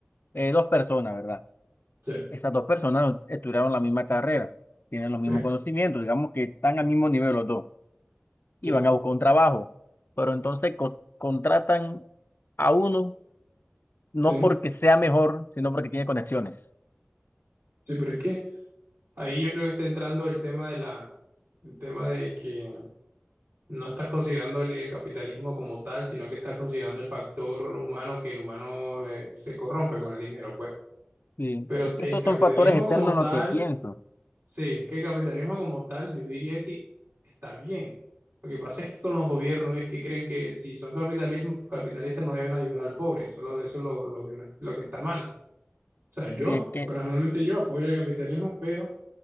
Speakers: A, on the left; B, on the right.
A: eh, dos personas, ¿verdad?
B: Sí,
A: esas dos personas no estudiaron la misma carrera, tienen los
B: sí,
A: mismos conocimientos, digamos que están al mismo nivel los dos y
B: sí,
A: van a buscar un trabajo, pero entonces co- contratan a uno no
B: sí,
A: porque sea mejor, sino porque tiene conexiones.
B: sí, pero es que ahí yo creo que está entrando el tema de la, el tema de que no estás considerando el, el capitalismo como tal, sino que estás considerando el factor humano que el humano eh, se corrompe con el dinero, pues.
A: Sí.
B: Pero
A: Es que
B: el
A: esos
B: capitalismo
A: son factores externos
B: como
A: en
B: tal
A: lo que pienso.
B: Sí, es que el capitalismo como tal, yo diría que está bien. Lo que pasa es que con los gobiernos es que creen que si son capitalismo, capitalistas no deben ayudar al pobre. Eso, es lo- eso es lo, lo que, no- lo que está mal. O sea, yo,
A: Y es que,
B: personalmente yo apoyo el capitalismo, pero